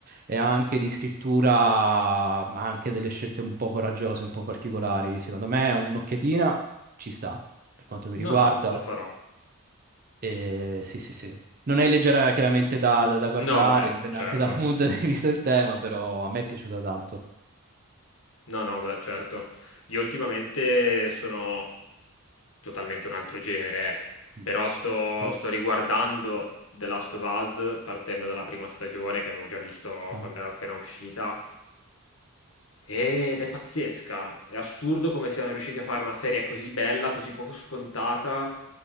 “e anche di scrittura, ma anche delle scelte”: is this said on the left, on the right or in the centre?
Right